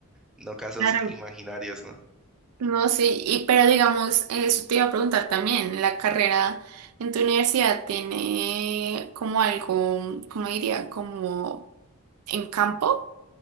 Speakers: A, in the centre; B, on the right (about 80°).
A: No casos
B: claro.
A: imaginarios, ¿no?
B: No, sí, y, pero digamos, eso te iba a preguntar también, la carrera en tu universidad tiene como algo, ¿cómo diría? Como en campo,